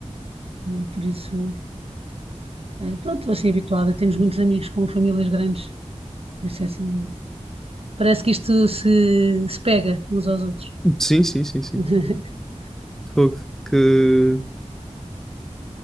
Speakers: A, on the right; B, in the centre.
A: e por isso, eh, pronto, estou assim habituada. Temos muitos amigos com famílias grandes, por isso é assim, parece que isto se, se pega uns aos outros.
B: Sim, sim, sim, sim.
A: <laughs>
B: Fogo, que.